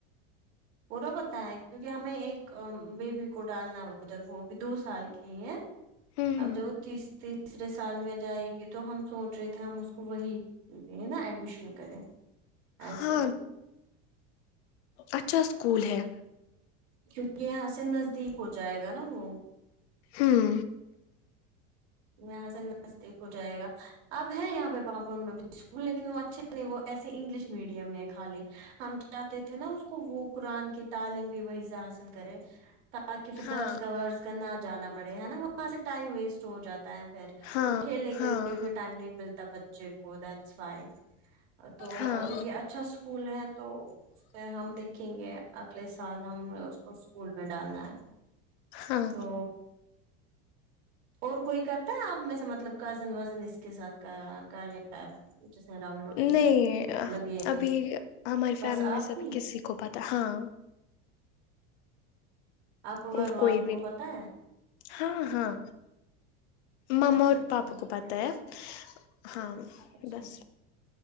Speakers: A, on the right (about 75°); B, on the left (about 70°).
A: پورا پاتا ہے کیونکہ ہمیں ایک بیبی کو ڈالنا ادھر وہ بھی دو سال کی ہے
B: ہوں
A: اب جب تیس تیسرے سال میں جائے گی تو ہم سوچ رہے تھے ہم اس کو وہی نا ایڈمیشن کرے ایسے
B: ہاں اچھا اسکول ہے
A: کیونکہ یہاں سے نزدیک ہو جائے گا نا وہ
B: ہوں
A: یہاں سے نزدیک ہو جائے گا اب ہے یہاں پہ پاپور میں بھی اسکول لیکن وہ اچھے وہ ایسے انگلش میڈیم میں کھالی ہم چاہتے تھے نا اس کو وہ قرآن کے تعلیم بھی وہی سے حاصل کرے تاکہ پھر
B: ہاں
A: درز گھا ورز گا نہ جانا پڑے ہے نا وہاں سے ٹائم ویسٹ ہو جاتا ہے پھر
B: ہاں
A: اور کھیلنے کے
B: ہاں
A: لیے بھی
B: ہاں
A: ٹائم نہیں ملتا ب چیے کو دٹس وائی تو
B: ہاں
A: اگر یہ اچھا اسکول ہے تو پہ ہم دیکھیں گے اگلے سال ہم نے اس کو اسکول میں ڈالنا ہے
B: ہاں
A: تو اور کوئی کرتا ہے آپ میں سے مطلب کزن وزن اس کے ساتھ کا ایپ جس نے ڈاؤن لوڈ
B: نہیں
A: کی ہے مطلب یہ
B: ابھی ہماری فیملی
A: بس
B: میں
A: آپ
B: سے
A: کی
B: ابھی کسی کو پتہ ہاں
A: آپ کو گھر
B: اور
A: والوں
B: کوئی بھی
A: کو پتا ہے
B: ہاں ہاں مما
A: اچھا
B: اور
A: ٹھیک
B: پاپا کو پتہ ہے ہاں
A: اچھا
B: بس